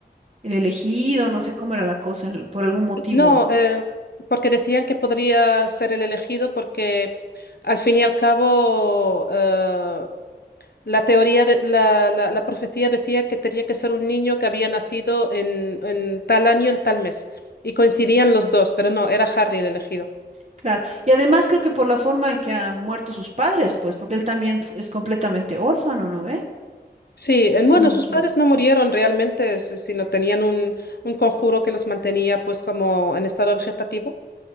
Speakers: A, on the right (about 40°); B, on the left (about 65°).
A: el elegido, no sé cómo era la cosa, en- por algún motivo.
B: No, eh, porque decían que podría ser el elegido porque al fin y al cabo eh, la teoría de, la, la- la profecía decía que tenía que ser un niño que había nacido en, en tal año, en tal mes. Y coincidían los dos, pero no, era Harry el elegido.
A: Claro, y además creo que por la forma en que han muerto sus padres, pues, porque él también es completamente órfano, ¿no ve?
B: Sí, eh,
A: si
B: bueno,
A: no me
B: sus
A: equivoco.
B: padres no murieron realmente, si- sino tenían un, un conjuro que los mantenía pues como en estado vegetativo,